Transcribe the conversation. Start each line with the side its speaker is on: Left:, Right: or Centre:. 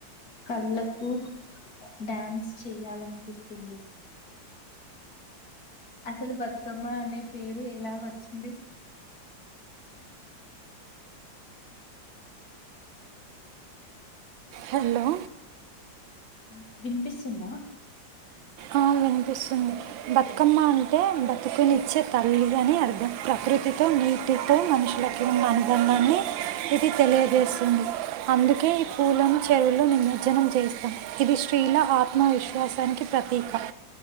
Left: కళ్ళకు డాన్స్ చేయాలనిపిస్తుంది అసలు బతుకమ్మ అనే పేరు ఎలా వచ్చింది
Right: హలో
Left: ఉ వినిపిస్తుందా
Right: ఆ, వినిపిస్తుంది బతుకమ్మ అంటే బతుకునిచ్చే తల్లి అని అర్థం ప్రకృతితో నీటితో మనుషి వాళకి ఉన్న అనుబంధాన్ని ఇది తెలియజేస్తుంది అందుకే పూలను చెరువులో నిమజ్జనం చేస్తాం ఇది స్త్రీల ఆత్మవిశ్వాసానికి ప్రతీక